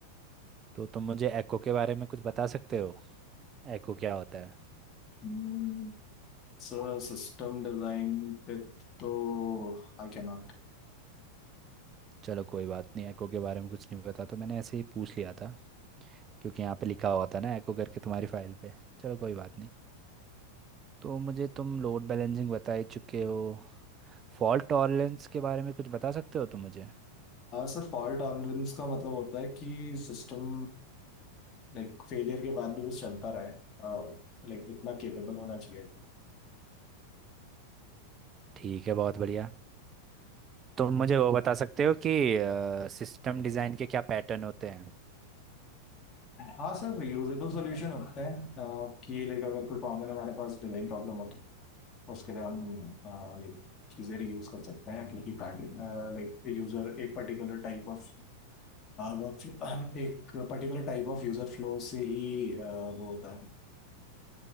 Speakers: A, on the right; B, on the left.
A: तो तुम मुझे एको के बारे में कुछ बता सकते हो एको क्या होता है
B: हम्म, सर सिस्टम डिजाइन पे तो I can not
A: चलो कोई बात नहीं एको के बारे में कुछ नहीं पता तो मैंने ऐसे ही पूछ लिया था क्योंकि यहाँ पे लिखा हुआ था ना एको करके तुम्हारी फाइल पे चलो कोई बात नहीं तो मुझे तुम लोड बैलेंसिंग बता ही चुके हो फॉल्ट टॉलरेंस के बारे में कुछ बता सकते हो तुम मुझे
B: Sir fault tolerance का मतलब होता है कि सिस्टम लाइक फेलियर के बाद भी बस चलता रहे लाइक इतना केपेबल होना चाहिए
A: ठीक है बहुत बढ़िया तुम मुझे वो बता सकते हो कि सिस्टम डिज़ाइन के क्या पैटर्न होते हैं
B: हाँ सर यूजेबल सॉल्यूशन होते हैं अ, कि लाइक अगर कोई कॉमन हमारे पास डिजाइन प्रॉब्लम हो तो उसके लिए हम लाइक चीज़ें रीयूज कर सकते हैं क्योंकि लाइक यूजर एक पर्टिकुलर टाइप ऑफ वर्क एक particular type of user flow से ही अ, वो होता है